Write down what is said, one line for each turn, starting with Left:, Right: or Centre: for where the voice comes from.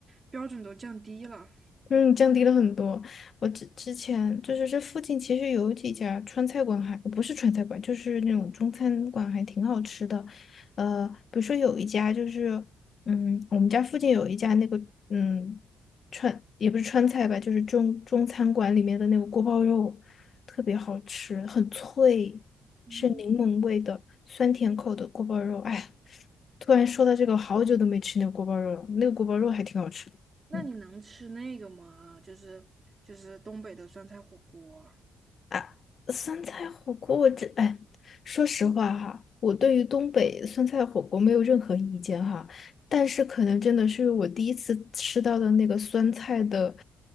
Right: 标准都降低了。
Left: 嗯，降低了很多。我之之前就是这附近其实有几家川菜馆还不是川菜馆，就是那种中餐馆还挺好吃的。呃，比如说有一家就是，嗯，我们家附近有一家那个，嗯，川也不是川菜吧，就是中中餐馆里面的那个锅包肉，特别好吃，很脆，
Right: 嗯。
Left: 是柠檬味的酸甜口的锅包肉。哎呀突然说到这个，我好久都没吃那个锅包肉了，那个锅包肉还挺好吃的。
Right: 那你能吃那个吗？
Left: 嗯。
Right: 就是就是东北的酸菜火锅
Left: 啊，酸菜火锅，我这哎，说实话哈，我对于东北酸菜火锅没有任何意见哈，但是可能真的是我第一次吃到的那个酸菜的，